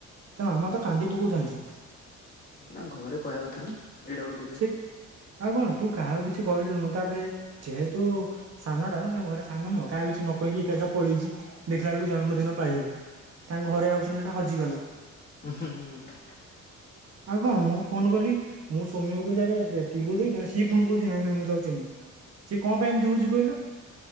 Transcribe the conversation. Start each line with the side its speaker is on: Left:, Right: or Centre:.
Right: ତ ମାମା ତ କାନ୍ଦି ପକଉଥାନ୍ତି।
Left: ନା ଘରେ କହିବା କଥା ନା ଏଡେ ବଡ ପିଲା।
Right: ସେ ଆଉ କଣ ତୁ କାହାକୁ କିଛି କହିଲୁନୁ ତାପରେ ଯେହେତୁ ସାନଟା ନା ତାଙ୍କ ଘରେ ସାନ ନୁହଁ କାହା କିଛି ନ କହିକି ଏକା ଏକ ପଳେଇଛି ଦେଖିଲା ବେଳକୁ ଜନ୍ମଦିନ ପାଇବାକୁ। ତାଙ୍କ ଘରେ ଆଉଛନ୍ତି ଏଇଟା ହଜିଗଲା।
Left: ହୁଁ ହୁଁ ହୁଁୁଁ
Right: ଆଉ କଣ ମୁଁ ଫୋନ କଲି ମୁଁ ସୋମ୍ୟ କକୁ ଯାାରେ ଟିଲୁ ଦେଇଛି ସି ପୁଣି କହୁଛି ନଁଁ ମୁଁ ତାକୁ ଚିହ୍ନି ସିଏ କଣ ପାଇଁମ ଉଛି କହିଲୁ